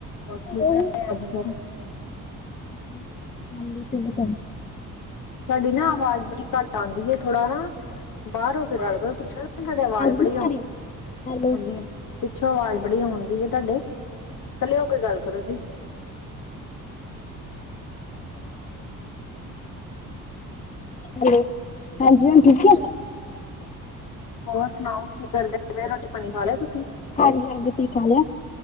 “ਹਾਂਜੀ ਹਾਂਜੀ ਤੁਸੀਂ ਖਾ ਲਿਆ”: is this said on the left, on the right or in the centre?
Left